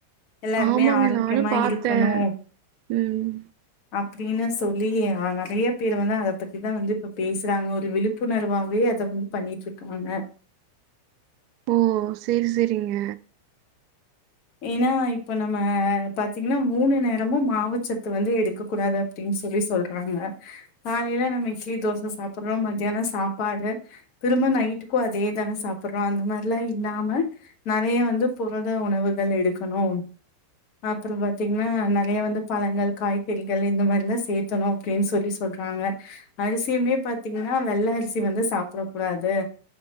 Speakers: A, on the left; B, on the right.
A: எல்லாருமே
B: ஆமாங்க
A: ஆரோக்கியமா
B: நானு பாத்தே
A: இருக்கணு
B: ம்
A: அப்டின்னு சொல்லி நெறைய பேரு வந்து அத பத்திதா வந்து இப்ப பேசுறாங்க ஒரு விழுப் புணர்வாவே அத வந்து பண்ணிட்ருக்காங்க
B: ஓ செரி செரிங்க
A: ஏனா இப்ப நம்ம பாத்திங்னா மூணு நேரமு மாவுச்சத்து வந்து எடுக்க கூடாது அப்டின் சொல்லி சொல்றாங்க காலையில நம்ம இட்லி தோச சாப்படறோ மத்யான சாப்பாடு திரும்ப நைட்டுக்கு அதே தான சாப்படறோ அந்த மாரிலா இல்லாம நெறைய வந்து புரத உணவுகள் எடுக்கணு அப்பற பாத்திங்னா நெறைய வந்து பழங்கள் காய்கறிகள் இந்த மாரில்லா சேத் தணு அப்படின் சொல்லி சொல்றாங்க அரிசியுமே பாத்திங்கன்னா வெள்ள அரிசி வந்து சாப்பட கூடாது